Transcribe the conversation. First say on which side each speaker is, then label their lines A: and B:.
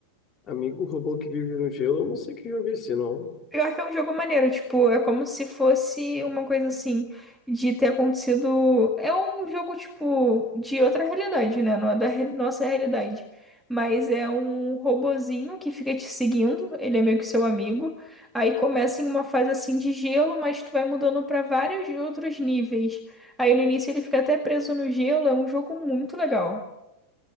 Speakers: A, on the left; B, in the centre.
A: Amigo robô que vive no gelo, eu não sei que jogo é esse, não.
B: Pior que é um jogo maneiro, tipo, é como se fosse uma coisa assim, de ter acontecido. É um jogo, tipo, de outra realidade, né? Não é da re- nossa realidade. Mas é um robozinho que fica te seguindo, ele é meio que seu amigo. Aí começa em uma fase assim de gelo, mas tu vai mudando pra vários outros níveis. Aí no início ele fica até preso no gelo, é um jogo muito legal.